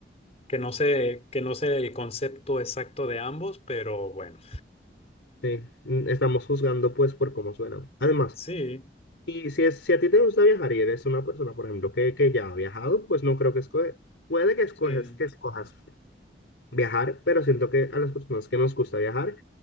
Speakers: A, on the left (about 35°); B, on the left (about 80°).
A: Que no sé, que no sé el concepto exacto de ambos, pero bueno.
B: sí, mm, estamos juzgando pues por cómo suena. Además,
A: Sí,
B: Y si, es, si a ti te gusta viajar y eres una persona, por ejemplo, que, que ya ha viajado, pues no creo que escoge, puede que escoges,
A: Sí,
B: que escojas viajar, pero siento que a las personas que nos gusta viajar